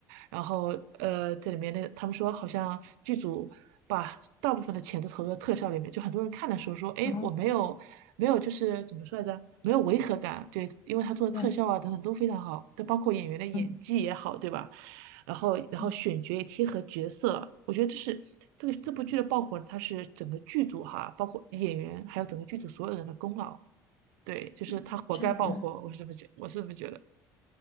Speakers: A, on the right; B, on the left.
A: 然后呃，这里面那他们说好像剧组把大部分的钱都投入到特效里面，就很多人看的时候说，哎，
B: 啊，
A: 我没有没有就是怎么说来着，没有违和感，对，因为他做的特效啊等等都非常好，
B: 对，
A: 但包括演员的演技也好，
B: 嗯
A: 对吧？然后然后选角也贴合角色，
B: 嗯
A: 我觉得这是这个这部剧的爆火，它是整个剧组哈，包括演员还有整个剧组所有人的功劳。对，就是他活该爆火，
B: 嗯，确实。
A: 我是这么觉，我是这么觉得。